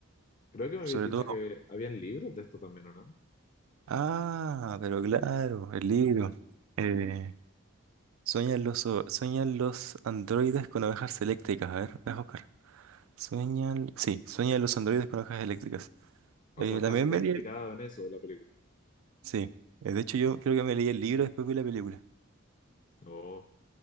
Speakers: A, on the left; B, on the right.
A: Creo que me habías
B: Sobre
A: dicho
B: todo
A: que habían libros de esto también, ¿o no?
B: Ah, pero claro, el libro. Eh, sueñan los, o- sueñan los androides con ovejas eléctricas. A ver, déjame buscar. Sueñan, sí, sueñan los androides con ovejas eléctricas.
A: O
B: Eh,
A: sea, está,
B: también
A: está
B: me
A: inspirado
B: leí el...
A: en eso la película.
B: Sí, eh, de hecho yo creo que me leí el libro después vi la película.
A: Oh,